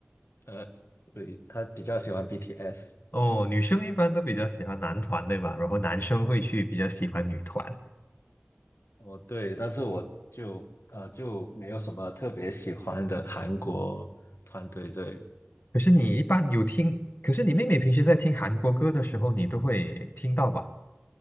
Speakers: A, on the left; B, on the left.
A: 呃，对，她比较喜欢 BTS。
B: 哦，女生一般都比较喜欢男团，对吧？然后男生会去比较喜欢女团。
A: 哦，对，但是我就呃就没有什么特别喜欢的韩国团队。对，
B: 可是你一般有听，可是你妹妹平时在听韩国歌的时候，你都会听到吧？